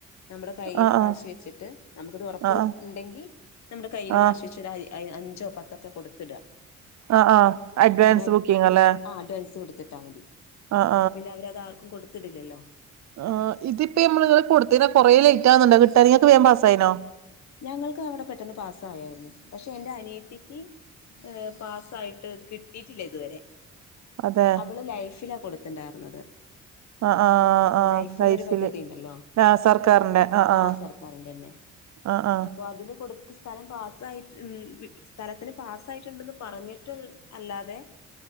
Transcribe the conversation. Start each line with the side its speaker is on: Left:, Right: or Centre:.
Left: നമ്മുടെ കൈൽ
Right: ആഹ്
Left: കാശ്
Right: ആഹ്
Left: വെച്ചിട്ട് നമുക്ക്ിത് ഉറപ്പ്
Right: ആഹ് ആഹ്
Left: കുണ്ടെങ്കി നമ്മുടെ കൈൽ
Right: ആഹ്
Left: കാശ് വെച്ച് അഞ്ചോ പത്തൊക്കെ കൊടുത്തിട
Right: ആഹ് ആഹ് അഡ്വാൻസ്
Left: അപ്പൊ പിന്നെ അവര്
Right: ബുക്കിംഗ് അല്ലേ
Left: ആ അഡ്വാൻസ് കൊടുത്തിട്ട് ട്ടാ മതി
Right: ആഹ്
Left: അപ്പൊ പിന്നെ അവരത് ആർക്കും കൊടുത്തിടില്ലല്ലോ
Right: ആ ഇതിപ്പൊ നമ്മ കൊടുത്തന കൊറെേ ലേറ്റ് ആകുന്നുണ്ടോ കിട്ടാാനങ്ങെ വേൻ പാസായിനോ
Left: ഞങ്ങൾക്ക് അവിടെ പെട്ടെന്ന് പാസ്സ ആയായിരുന്നു പക്ഷെ എൻന്റെ അനിയത്തിക്ക് പാസ്സായിട്ട് കിട്ടിട്ടില്ല ഇതുവരെ
Right: അതെ
Left: അവള് ലൈഫിലാ കൊടുത്തിണ്ടർത്
Right: ആഹ് ആഹ് ആഹ്
Left: ലൈഫ്
Right: ലൈഫില്
Left: എന്നൊരു പദ്ധതി ഉണ്ടല്ലോ
Right: ആഹ് സർക്കാറിന്റെ ആഹ് ആഹ്
Left: ആഹ സർക്കാരിന്റെ തന്നെ
Right: ആഹ് ആഹ്
Left: അപ്പൊ അതില് കൊടു സ്ഥലം പാസ്് ഉ സ്ഥലത്തിന് പാസ് ആായിട്ടുണ്ടന്ന് പറഞ്ഞിട്ട് അല്ലാതെ <inaudible>